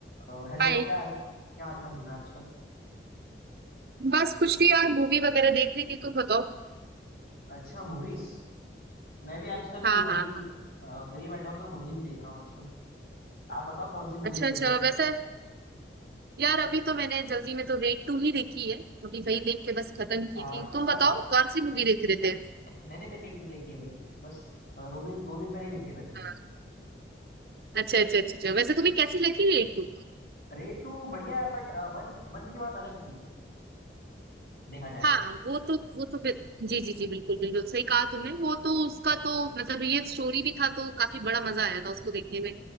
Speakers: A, on the left (about 55°); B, on the right (about 60°).
A: तो हेलो
B: हाय
A: क्या हाल क्या हाल चाल चल रहा है आजकल
B: बस कुछ नहीं यार मूवी वगैरह देख रही थी तुम बताओ
A: अच्छा मूवीज मैं भी आजकल
B: हाँ
A: अभी
B: हाँ
A: फ्री बैठा हूँ तो मूवीज देख रहा हूँ आजकल आप बताओ कौन सी मूवीज
B: अच्छा
A: देख
B: अच्छा
A: रहे हो
B: वैसे यार अभी तो मैंने जल्दी में तो रेड टू ही देखी है अभी वही देख के बस खत्म की
A: आ,
B: थी
A: अच्छा
B: तुम बताओ कौन सी मूवी देख रहे थे
A: मैंने भी रेड टू देखी है अभी बस अ, दो दिन दो दिन पहले ही देखी है मैंने भी
B: हाँ, अच्छा अच्छा अच्छा अच्छा वैसे तुम्हें कैसी लगी रेड टू
A: रेड टू बढ़िया है बट वन वन की बात अलग थी देखा जाए
B: हाँ
A: तो
B: वो तो वो तो बिल- जी जी जी बिल्कुल बिल्कुल सही कहा तुमने वो तो उसका तो मतलब ये स्टोरी भी था तो काफी बड़ा मजा आया था उसको देखने में